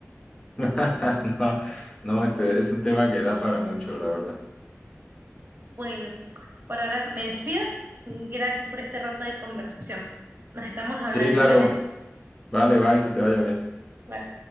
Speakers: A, on the left (about 20°); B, on the right (about 50°).
A: <laughs> No, no, este es un tema que da para mucho, la verdad.
B: Bueno, por ahora me despido. Gracias por este rato de conversación. Nos estamos hablando,
A: Sí, claro.
B: ¿vale?
A: Vale, bye, que te vaya bien.
B: Bye.